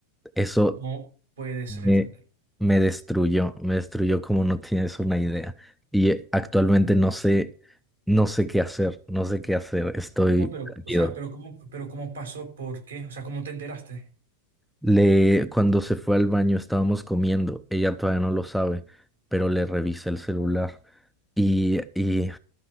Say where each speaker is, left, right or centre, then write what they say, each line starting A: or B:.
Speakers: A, in the centre; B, on the right (about 70°).
A: Eso
B: No puede ser.
A: me, me destruyó, me destruyó como no tienes una idea. Y eh, actualmente no sé, no sé qué hacer, no sé qué hacer, estoy
B: No,
A: perdido.
B: pero, o sea, pero cómo, pero cómo pasó, ¿por qué? O sea, ¿cómo te enteraste?
A: Le, cuando se fue al baño estábamos comiendo, ella todavía no lo sabe, pero le revisé el celular y, y,